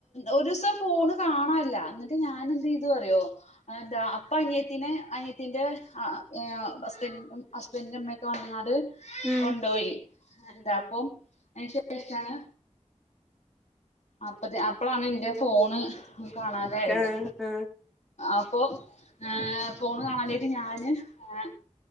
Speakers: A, on the left; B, in the centre.
A: ഒരൂസം ഫോണ് കാണല്ല ഞാനെന്തെയ്തൂ അറിയോ ന്താ അപ്പ അനിയത്തിന അനിയത്തീന്റെ ആഹ് ഏഹ് അസ്ബന്റ് ഹസ്ബൻഡിന്റെമ്മക്കെ വന്ന് ക്കാണ്ട്
B: ഉം
A: കൊണ്ടോയി എന്താ പ്പൊ അയ്ന് ശേഷാണ് അപ്പ തേ അപ്പളാണ് എന്റെ ഫോണ് കാണാതായത്.
B: ആഹ് ആഹ്
A: അപ്പൊ ഏഹ് ഫോണ് കാണാനില്ലെയിട്ട് ഞാന്. ഏഹ്